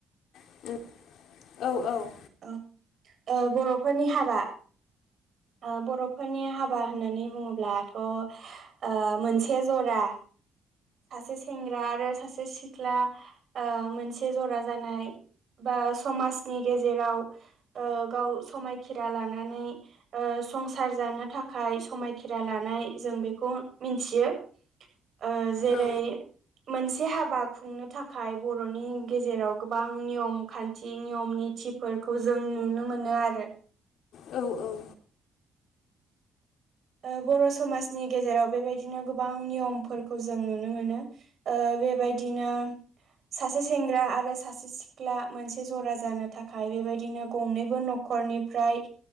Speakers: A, on the left; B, on the right.
A: <unintelligible> औ औ
B: औ ओ बर'फोरनि हाबा ओ बर'फोरनि हाबा होननानै बुङोब्लाथ' ओ मोनसे जरा। सासे सेंग्रा आरो सासे सिख्ला ओ मोनसे जरा जानाय। बा समाजनि गेजेराव ओ गाव समायखिरा लानानै संसार जानो थाखाय समायखेरा लानाय जों बेखौ मिन्थियो ओ जेरै
A: औ
B: मोनसे हाबा खुंनो थाखाय बर'नि गेजेराव गोबां नियम खान्थि नियम नि थि फोरखौ जों नुनो मोनो आरो
A: औ औ
B: ओ बर' समाजनि गेजेराव बेबायदिनो गोबां नियमफोरखौ जों नुनो मोनो ओ बेबायदिनो सासे सेंग्रा आरो सासे सिख्ला मोनसे जरा जानो थाखाय बेबायदिनो गंनैबो नख रनिफ्राय